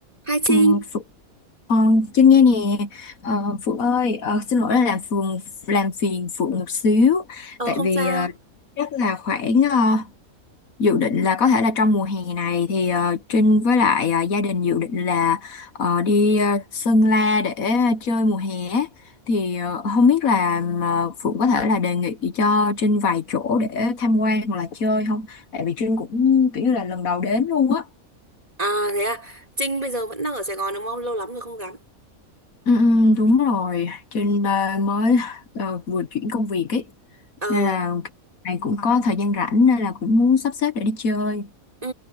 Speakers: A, on the right (about 25°); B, on the left (about 75°).
A: Hai Trinh,
B: Ờ, Phượng, ờ, Trinh nghe nè Ờ, Phượng ơi ờ, xin lỗi là làm phường làm phiền Phượng một xíu
A: ờ
B: tại
A: không
B: vì
A: sao.
B: ờ, chắc là khoảng ờ, dự định là có thể là trong mùa hè này thì ờ, Trinh với lại ờ, gia đình dự định là ờ, đi ờ, Sơn La để chơi mùa hè á. thì ờ, không biết là ờ, Phượng có thể là đề nghị cho Trinh vài chỗ để tham quan hoặc là chơi không tại vì Trinh cũng kiểu như là lần đầu đến luôn á
A: À thế à, Trinh bây giờ vẫn đang ở Sài Gòn đúng không? Lâu lắm rồi không gặp.
B: Ừ, ừ, đúng rồi, trên ờ, mới ờ, vừa chuyển công việc ấy,
A: Ờ,
B: nên là này cũng có thời gian rảnh nên là cũng muốn sắp xếp để đi chơi.
A: ừ,